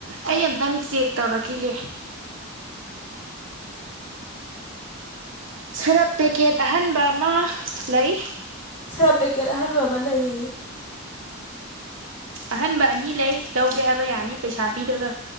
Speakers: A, on the right; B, on the left.
A: ꯑꯩ ꯑꯇꯪ ꯆꯦꯛ ꯇꯧꯔꯛꯈꯤꯒꯦ ꯁꯔꯞ ꯄꯦꯛꯀꯦꯠ ꯑꯍꯟꯕ ꯑꯃ ꯂꯩ
B: ꯊ ꯄꯦꯀꯦꯠ ꯍꯜꯋꯥꯕ ꯂꯩ
A: ꯑꯍꯟꯕ ꯑꯅꯤ ꯂꯩ ꯂꯧꯒꯦ ꯍꯥꯏꯕ ꯌꯥꯅꯤ ꯄꯩꯁꯥ ꯄꯤꯔꯒ